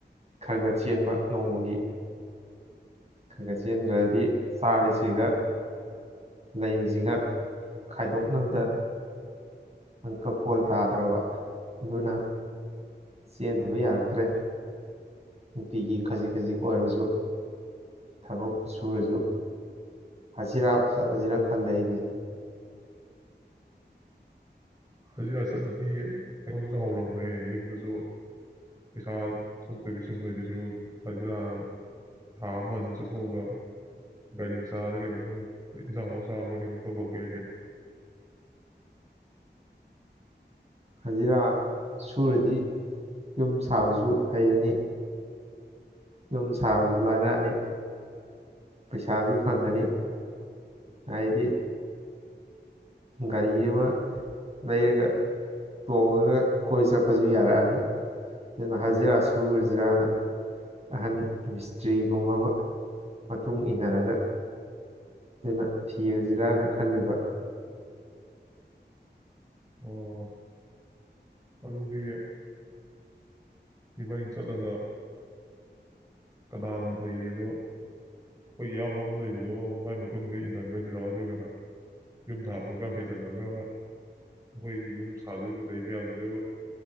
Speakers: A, on the right; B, on the right.
A: ꯈꯔ ꯆꯦꯟꯕ ꯅꯣꯡꯃꯒꯤ ꯈꯔ ꯈꯔ ꯆꯦꯟꯈ꯭ꯔꯗꯤ ꯆꯥꯔꯤꯁꯤꯒ ꯂꯩꯔꯤꯁꯤꯒ ꯈꯥꯏꯗꯣꯛꯅꯕꯗ ꯅꯪꯀ ꯐꯣꯜ ꯇꯥꯗ꯭ꯔꯕ ꯑꯗꯨꯅ ꯆꯦꯟꯗꯕ ꯌꯥꯔꯛꯇ꯭ꯔꯦ ꯅꯨꯄꯤꯒꯤ ꯈꯖꯤꯛ ꯈꯖꯤꯛ ꯑꯣꯏꯔꯕꯁꯨ ꯊꯕꯛ ꯁꯨꯔꯁꯨ ꯍꯖꯤꯔꯥ ꯆꯠꯂꯖꯤꯔ ꯈꯜꯂꯦ ꯑꯩꯗꯤ
B: ꯍꯖꯤꯔꯥ ꯆꯠꯂꯗꯤ ꯑꯩꯉꯣꯟꯗꯁꯨ ꯍꯧꯔꯝꯃꯣꯏꯍꯦ ꯌꯨꯝꯗꯁꯨ ꯄꯩꯁꯥ ꯊꯣꯛꯇꯕꯤ ꯁꯨꯝ ꯂꯩꯗ ꯁꯔꯣꯛ ꯍꯖꯤꯔꯥ ꯊꯥ ꯑꯃ ꯑꯅꯤ ꯆꯠꯊꯣꯛꯑꯒ ꯒꯥꯔꯤ ꯃꯆꯥꯗ ꯀꯩꯅꯣꯝ ꯏꯟꯖꯥꯡ ꯆꯥꯕ꯭ꯔꯥ ꯀꯩꯅꯣꯝ ꯇꯧꯊꯣꯛꯄ ꯌꯥꯏ ꯀꯩꯅꯣ
A: ꯍꯖꯤꯔꯥ ꯁꯨꯔꯗꯤ ꯌꯨꯝ ꯁꯥꯕꯁꯨ ꯍꯩꯔꯅꯤ ꯌꯨꯝ ꯁꯥꯕꯁꯨ ꯂꯥꯏꯔꯛꯑꯅꯤ ꯄꯩꯁꯥꯁꯨ ꯐꯪꯒꯅꯤ ꯍꯥꯏꯗꯤ ꯒꯥꯔꯤ ꯑꯃ ꯂꯩꯔꯒ ꯇꯣꯡꯉꯒ ꯀꯣꯏ ꯆꯠꯄꯁꯨ ꯌꯥꯔꯛꯑꯅꯤ ꯑꯗꯨꯅ ꯍꯖꯤꯔꯥ ꯁꯨꯨꯔꯖꯤꯔꯥꯅ ꯑꯍꯟ ꯃꯤꯁꯇ꯭ꯔꯤꯒꯨꯝꯕ ꯑꯃ ꯃꯇꯨꯡ ꯏꯟꯅꯔꯒ ꯑꯗꯨꯅ ꯊꯤꯔꯨꯁꯤꯔꯥꯅ ꯈꯜꯂꯤꯕ
B: ꯑꯣ ꯑꯗꯨꯗꯤ ꯏꯕꯥꯅꯤꯡꯡ ꯆꯠꯂꯒ ꯀꯅꯥꯅ ꯍꯩ ꯑꯗꯣ ꯑꯩꯈꯣꯏ ꯏꯌꯥꯝꯕ ꯑꯃ ꯂꯩꯕꯗꯣ ꯃꯥꯏ ꯃꯇꯨꯡꯗ ꯏꯟꯅꯈ꯭ꯔꯁꯤꯔꯥ ꯑꯗꯨꯔꯒꯅ ꯌ ꯊ ꯍꯥꯏ ꯆꯜꯂꯒ ꯑꯩꯈꯣꯏꯒꯤ ꯌꯨꯝ ꯁꯥꯗꯣꯔꯤꯕ ꯂꯩ ꯃꯌꯥꯝꯁꯤꯁꯨ